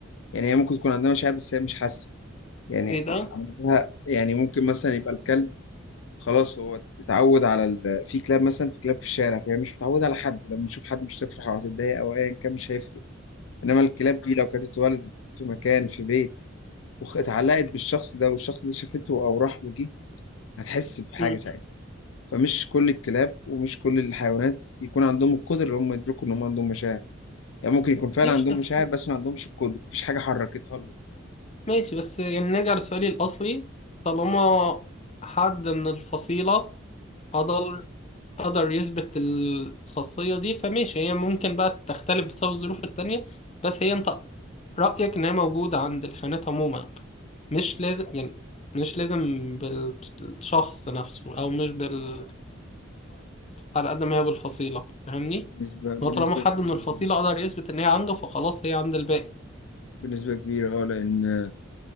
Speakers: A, on the left; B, on the left.
A: يعني هي ممكن تكون عندها مشاعر بس هي مش حاسه يعني
B: إيه ده؟
A: عندها يعني ممكن مثلا يبقى الكلب خلاص هو اتعود على ال... في كلاب مثلا في كلاب في الشارع فهي مش متعودة على حد لما تشوف حد مش هتفرح او هتتضايق او ايا كان مش هيفرق انما الكلاب دي لو كانت اتولدت في مكان في بيت واتعلقت بالشخص ده والشخص ده شافته او راح وجه هتحس بحاجة
B: مم.
A: ساعتها فمش كل الكلاب ومش كل الحيوانات يكون عندهم القدرة ان هم يدركوا ان هم عندهم مشاعر يعني ممكن يكون فعلا
B: ماشي
A: عندهم
B: بس
A: مشاعر بس ما عندهمش القدرة مفيش حاجة حركتها لهم
B: ماشي بس يعني نرجع لسؤالي الأصلي طالما حد من الفصيلة قدر قدر يثبت الخاصية دي فماشي هي ممكن بقى تختلف بسبب الظروف التانية بس هي أنت رأيك إن هي موجودة عند الحيوانات عموما مش لازم يعني مش لازم بالشخص نفسه أو مش بالفرد على قد ما هي بالفصيلة فاهمني؟ إن
A: بنسبة بنسبة
B: هو طالما حد
A: كبيرة
B: من الفصيلة قدر يثبت إن هي عنده فخلاص هي عند الباقي
A: بنسبة كبيرة اه لأن